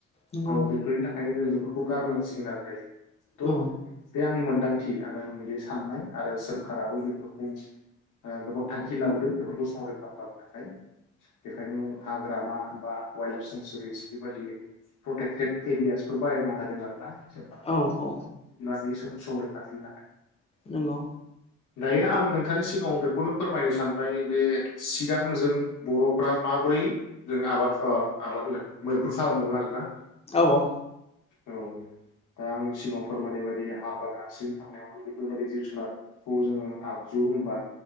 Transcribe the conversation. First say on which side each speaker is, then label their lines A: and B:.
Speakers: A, on the left (about 20°); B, on the left (about 85°).
A: नंगौ
B: औ बेफोरनि थाखाय बेंखायनो जों बेफोरखौ गारनांसिगोन आरो दायो त
A: औ
B: बे आंनि मोन आदांथि <unintelligible> साननाय आरो सोरखाराबो बेफोरखौ ओ गोबां थांखि लाबोदों बेफोरखौ संरैखा खालामनो थाखाय बेखायनो हाग्रामा बा वाइल्ड लाइफ सेेंसुरिस बेबायदि प्रटेक्टेड एरियासफोर बाहायना होदों आरो ना सरखारा
A: औ औ
B: बि स सं रैखाथिनि थाखाय
A: नंगौ
B: दायो आं नोंथांनि सिगाङाव बेखौनो फोरमायनो सानबाय जे सिगां जों बर'फ्रा माबोरै जों आबाद ओ आबाद नो मैहुर खालामोमोन आरोना
A: औ औ
B: औ दा आं सिगाङाव फोरमायनाय बायदि हाग्रा दानस्रिंनो थांनायाव बेफोरबाददि जिब जुनारखौ जोङो आगजु होनबा